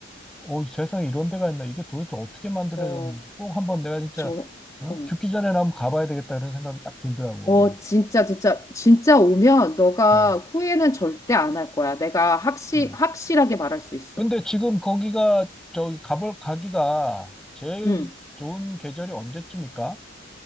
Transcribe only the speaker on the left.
어,
저,
어.
어, 진짜, 진짜, 진짜 오면 너가
후회는 절대 안 할 거야. 내가 확실,
확실하게 말할 수 있어.
응.